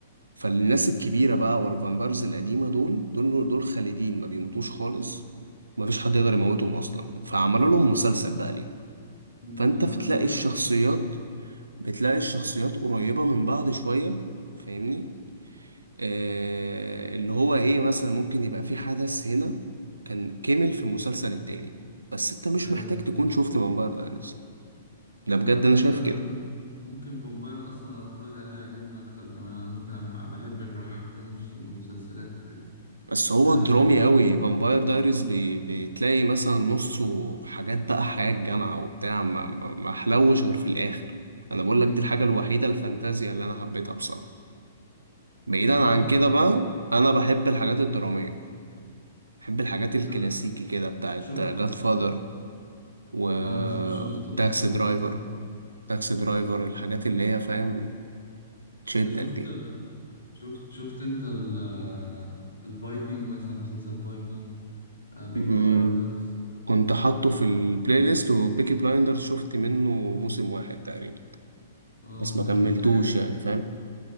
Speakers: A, on the right; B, on the left.
A: فالناس الكبيرة بقى والفامبرز القديمة دول دول دول خالدين ما بيموتوش خالص ومفيش حد يقدر يموتهم أصلا فعملوا لهم مسلسل بقى ليه
B: امم
A: فأنت
B: أنا
A: بتلاقي
B: على فكرة
A: الشخصيات بتلاقي الشخصيات قريبة من بعض شوية فاهمني آه اللي هو إيه مثلا ممكن يبقى في حدث هنا كان كمل في المسلسل التاني بس أنت مش
B: أيوه
A: محتاج
B: أيوه
A: تكون شفت فامباير دايريز ده
B: وعلى
A: بجد
B: فكرة
A: أنا شايف
B: أنا
A: كده
B: ممكن ممكن فامباير أصلا أتفرج عليه يعجبني أكتر كمان أنا ممكن أح- بحب النوع دي من المس- من المسلسلات وكده
A: بس هو
B: يعني
A: درامي قوي فامباير دايريز بي... بتلاقي مثلا نصه حاجات بقى حياة الجامعة وبتاع ما... ما ما حلوش غير في الآخر أنا بقول
B: امم
A: لك دي الحاجة الوحيدة الفانتازيا اللي أنا حبيتها بصراحة بعيدا
B: خلاص
A: عن كده بقى أنا بحب الحاجات الدرامية بحب الحاجات الكلاسيكي
B: طب
A: كده بتاعت
B: شو
A: جاد فاذر و
B: انا س- شفته الصراحة
A: تاكسي درايفر
B: جامد
A: تاكسي درايفر الحاجات اللي هي فاهم تشدك
B: انت شفت
A: دي
B: شفت شفت انت ال الفايكنج مثلا مسلسل فايكنج بيكي
A: أمم،
B: بلايندرز
A: كنت حاطه
B: اه
A: في البلاي ليست وبيكي بلايندر شفت منه موسم واحد تقريبا
B: آه،
A: بس ما كملتوش
B: آه، الحاجات
A: يعني فاهم